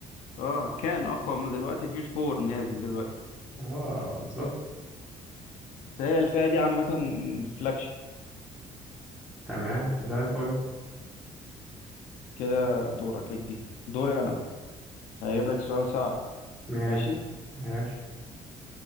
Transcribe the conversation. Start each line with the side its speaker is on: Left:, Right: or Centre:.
Left: اه كان اقوى من دلوقتي في الفور نازل دلوقتي
Centre: اه بالظبط
Left: فهي الفئه دي عامه فلاجشيب
Centre: تمام زي الفل
Left: كده دورك يا كبير دوري انا بقى هجيب لك سؤال صعب
Centre: ماشي
Left: ماشي
Centre: ماشي